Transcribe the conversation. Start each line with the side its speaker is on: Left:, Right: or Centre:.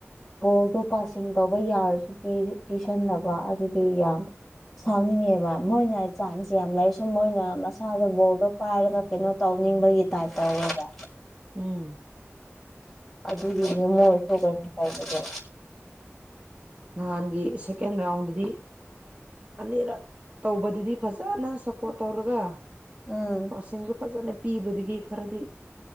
Centre: ꯕꯣꯜꯗꯣ ꯄꯥꯁꯤꯡ ꯇꯧꯕ ꯌꯥꯔꯁꯨ ꯄꯤꯁꯟꯅꯕ ꯑꯗꯨꯗꯤ ꯌꯥꯝ ꯁꯥꯎꯅꯤꯡꯉꯦꯕ ꯃꯣꯏꯅ ꯆꯥꯟꯁ ꯌꯥꯝ ꯂꯩ ꯁꯨꯝ ꯃꯣꯏꯅ ꯃꯁꯥꯗ ꯕꯣꯜꯗꯣ ꯄꯥꯏꯔꯒ ꯀꯩꯅꯣ ꯇꯧ ꯅꯤꯡꯕꯒꯤꯠꯇꯥꯏ ꯇ ꯍꯒ
Right: ꯎꯝ
Centre: ꯑꯗꯨꯒꯤꯅꯦ ꯃꯣꯏꯁꯨ ꯀꯥꯏꯥꯏꯕꯗ
Right: ꯅꯍꯥꯟꯒꯤ ꯁꯦꯀꯦꯟ ꯔꯥꯎꯟꯗꯗꯤ ꯑꯅꯤꯔꯛ ꯇꯧꯕꯗꯗꯤ ꯐ ꯐꯖꯅ ꯁꯞꯄꯣꯔꯠ ꯇꯧꯔꯒ
Centre: ꯎꯝ
Right: ꯄꯁꯤꯡꯁꯨ ꯐꯖꯅ ꯄꯤꯕꯗꯒꯤ ꯈꯔꯗꯤ